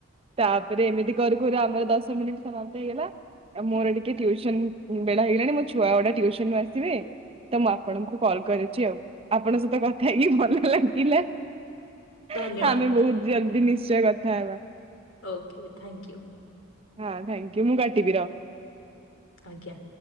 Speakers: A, on the right (about 30°); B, on the left (about 85°).
A: ତାପରେ ଏମିତି କରୁ କରୁ ଆମର ଦଶ ମିନିଟ୍ ସାମାପ୍ତ ହେଇଗଲା। ଆଉ ମୋର ଟିକେ ଟିଉସନ୍ ବେଳା ହେଇଗଲାଣି ମୋ ଛୁଆଅଡ଼ା ଟ୍ଟ୍ୟୁସନ୍ ରୁ ଆସିବେ ତ ମୁଁ ଆପଣଙ୍କୁ କଲ କରିୁଚି ଆଉ ଆପଣଙ୍କ ସହିତ କଥା ହେଇକି ଭଲ ଲାଗିଲା।
B: ଧନ୍ୟବାଦ
A: ଏ ଆମେ ବହୁତ ଜଲ୍ଦି ନିଶ୍ଚୟ କଥା ହେବା।
B: Okay thank you.
A: ହଁ ଥ୍ୟାଙ୍କୟୁ ମୁଁ କାଟିବି ର
B: ଆଜ୍ଞା।